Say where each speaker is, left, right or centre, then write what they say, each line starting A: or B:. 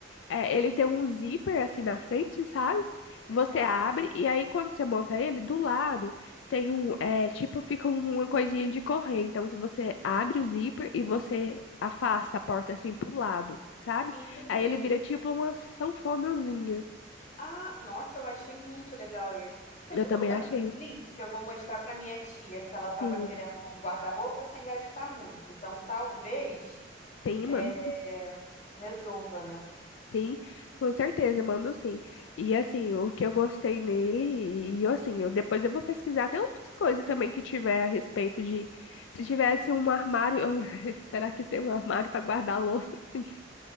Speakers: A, on the left; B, on the left.
A: É, ele
B: e
A: tem um zíper assim na frente, sabe? Você
B: ah,
A: abre e aí quando você monta ele, do lado tem um, é, tipo, fica um- uma coisinha de correr. Então, se você abre o zíper e você afasta a porta assim pro lado, sabe?
B: entendi.
A: Aí ele vira tipo uma sanfonazinha.
B: Ah, nossa, eu achei muito legal esse. Você
A: Eu
B: me
A: também
B: manda
A: achei.
B: link que eu vou mostrar para minha tia, porque ela tava
A: Sim.
B: querendo um guarda-roupa sem gastar muito. Então talvez
A: Sim,
B: é,
A: mano.
B: resolva, né?
A: Sim, com certeza, mando sim. E assim, o que eu gostei nele, e assim, eu depois eu vou pesquisar até outras coisas também que tiver a respeito de se tivesse um armário, <laughs> será que tem um armário para guardar louça assim?